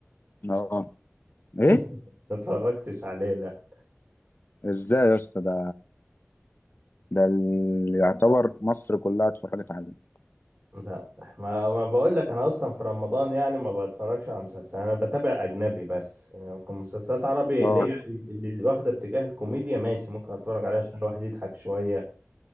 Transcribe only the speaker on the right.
<laughs> ما اتفرجتش عليه لا
لا ما ما بقول لك انا اصلا في رمضان يعني ما بتفرجش على مسلسل انا بتابع اجنبي بس يعني ممكن مسلسلات عربي
اللي هي اللي واخده اتجاه الكوميديا ماشي ممكن اتفرج عليها عشان الواحد يضحك شويه